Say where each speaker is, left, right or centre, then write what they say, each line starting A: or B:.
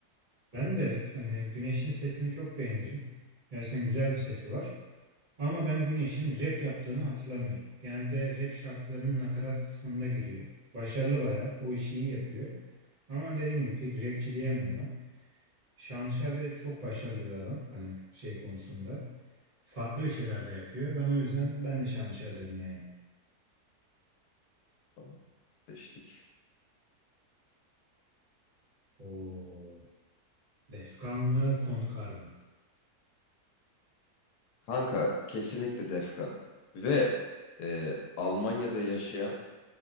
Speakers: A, on the right; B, on the left.
A: Ben de hani Güneş'in sesini çok beğenirim. Gerçekten güzel bir sesi var. Ama ben Güneş'in rap yaptığını hatırlamıyorum. Genelde rap şarkılarının nakarat kısmında giriyor. Başarılı bayağı. O işi iyi yapıyor. Ama dediğim gibi pek rapçi diyemem ben. Şanlışer de çok başarılı bir adam. Hani şey konusunda. Farklı bir şeyler de yapıyor. Ben o yüzden ben de Şanlışer dedim yani.
B: Tamam. Seçtik.
A: O Defkan mı, Kontkar mı?
B: Kanka kesinlikle Defkan. Ve e, Almanya'da yaşayan